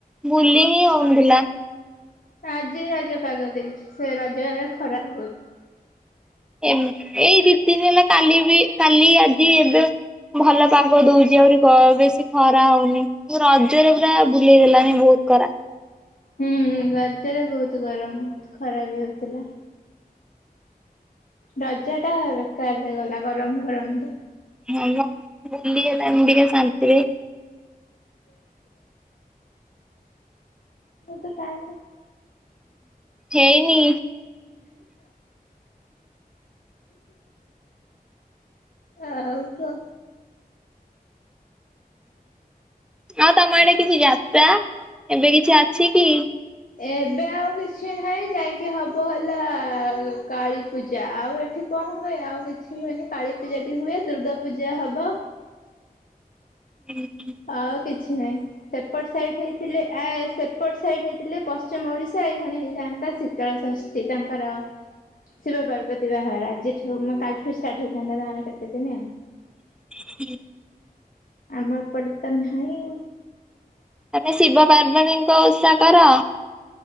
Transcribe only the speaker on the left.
ଆଜି ରଜ ପାଗ ଦେଇଛି ସେ ରଜରେ ଖରା ବୋହୁତ।
ହୁଁ ରଜରେ ବହୁତ ଗରମ ଖରା ବି ହଉଥିଲା। ରଜା ଟା ବେକାର ହେଇଗଲା ଗରମ ଗରମରେ।
ରଖିିବା ମତେ ଟାଇମ୍ ଦେ।
ଆଉ କହ।
ଏବେ ଆଉ କିଛି ନାହିଁ ଯାଇକି ହବ ହେଲା କାଳୀପୂଜା ଆଉ ଏ ଏଠି କଣ ହୁଏ ଆଉ କିଛି ହୁଏନି କାଳୀପୂଜାଟି ହୁଏ ଦୁର୍ଗା ପୂଜା ହବ।
ଆଉ କିଛି ନାହିଁ। ସେପଟ ସାଇଟ୍ ହେଇଥିଲେ ଆଏ ସେପଟ ସାଇଟ୍ ହେଇଥିଲେ ପଶ୍ଚିମ ଓଡିଶା ଏଇ ଖଣି ହେଇଥାନ୍ତା ଶୀତ। ଶୀତଳ ଶଷ୍ଟି ତାଙ୍କର ଶିବ ପାର୍ବତୀ ବାହାଘର ଆଜିଠୁ ମା କାଲିଠୁ ଷ୍ଟାର୍ଟ ହେଇଥାନ୍ତା ତାଙ୍କର କେତେଦିନି ଆଉ।
ଆମ ଏପଟେ ତ ନାହିଁ ଆଉ।